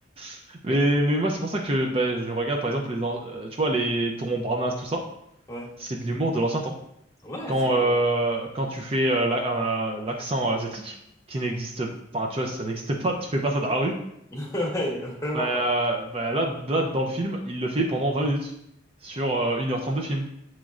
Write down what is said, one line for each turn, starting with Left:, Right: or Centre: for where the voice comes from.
Right: <laughs> Mais, mais moi, c'est pour ça que bah, je regarde, par exemple, les, an- euh, tu vois, les tourments Montparnasse, tout ça,
Left: Ouais.
Right: c'est de l'humour de l'ancien temps.
Left: Ouais,
Right: Quand,
Left: c'est...
Right: euh,
Left: <laughs>
Right: quand tu fais euh, la- euh, l'accent asiatique, qui n'existe, enfin, tu vois, ça n'existe pas, tu fais pas ça dans la rue,
Left: Ouais, vraiment
Right: bah,
Left: pas.
Right: bah là, là, dans le film, il le fait pendant 20 minutes, sur euh, une heure trente de film.